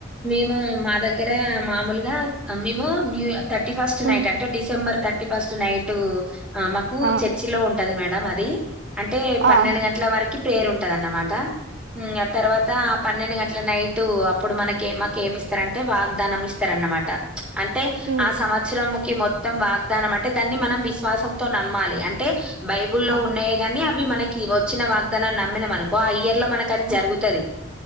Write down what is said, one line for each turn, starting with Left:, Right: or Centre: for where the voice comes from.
Centre: మేము మా దగ్గర మామూలుగా మేము new thirty first night
Right: um,
Centre: అంటే డిసెంబర్ థర్టీ ఫస్ట్ నైట్ ఆ మాకు
Right: ఆ
Centre: చర్చిలో ఉంటది మేడం అది అంటే పన్నెండు
Right: ఆహా
Centre: గంటల వరకు ప్రేయర్ ఉంటందన్నమాట మ్ ఆ తర్వాత పన్నెండు గంటల నైట్ అప్పుడు మనకి మాకు ఏమి ఇస్తారంటే వాగ్దానం ఇస్తారన్నమాట అంటే
Right: ఉమ్
Centre: ఆ సంవత్సరం మొత్తం వాగ్దానం అంటే దాన్ని మనం విశ్వాసంతో నమ్మాలి అంటే బైబుల్ లో
Right: ఆ
Centre: ఉన్నాయే కాగాని మనకి వచ్చిన వాగ్దానాన్ని నమ్మిన మనకొ ఆ ఇయర్ లో మనకు అది
Right: ఆ
Centre: జరుగుతాది